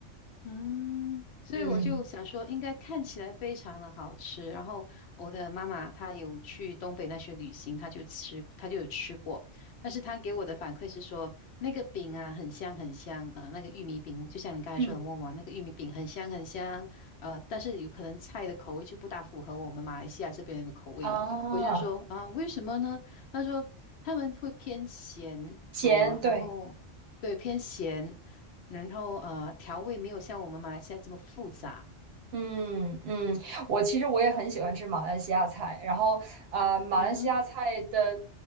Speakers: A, on the left (about 65°); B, on the right (about 65°).
A: 嗯，所以我就想说，
B: 嗯
A: 应该看起来非常的好吃。然后我的妈妈她有去东北那些旅行，她就吃，她就有吃过。但是她给我的反馈是说，那个饼啊很香很香啊、呃那个玉米饼，就像你刚才说的馍馍，
B: 嗯
A: 那个玉米饼很香很香。呃，但是有可能菜的口味就不大符合我们马来西亚这边人的口味了。
B: 啊，
A: 我就说啊、为什么呢？她说他们会偏咸，
B: 咸，
A: 嗯、
B: 对
A: 然后对偏咸，然后呃，调味没有像我们马来西亚这么复杂。
B: 嗯嗯，我其实我也很喜欢吃马来西亚菜，然后啊、呃马来西亚菜的，
A: 嗯哼，